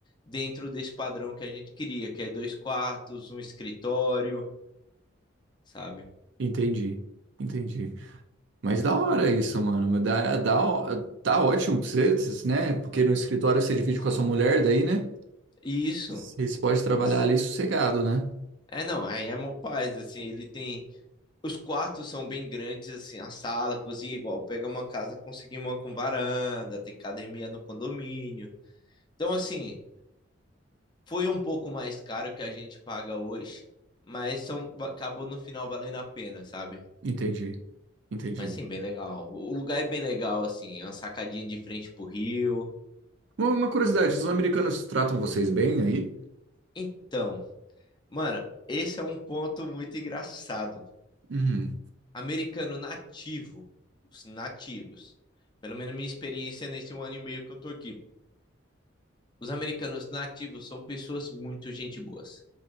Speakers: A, on the left; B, on the right.
A: dentro desse padrão que a gente queria, que é dois quartos, um escritório, sabe?
B: entendi, entendi. Mas da hora isso, mano. Dá, dá, ó- tá ótimo pra vocês, né? Porque no escritório você divide
A: Sim.
B: com a sua mulher, daí, né?
A: E isso,
B: Vocês podem trabalhar
A: nossa.
B: ali sossegado, né?
A: É, não, aí é mó paz, assim, ele tem... Os quartos são bem grandes, assim, a sala, a cozinha, igual, pega uma casa, conseguimos uma com varanda, tem academia no condomínio. Então, assim, Foi um pouco mais caro que a gente paga hoje, mas são, acabou no final valendo a pena, sabe?
B: Entendi, entendi.
A: Mas sim, bem legal. O lugar é bem legal, assim, é uma sacadinha de frente pro rio.
B: Uma, uma curiosidade,
A: Bom,
B: os americanos tratam vocês bem aí?
A: então, mano, esse é um ponto muito engraçado.
B: Uhum,
A: Americano nativo, os nativos, pelo menos minha experiência nesse um ano e meio que eu tô aqui. Os americanos nativos são pessoas muito gente boas.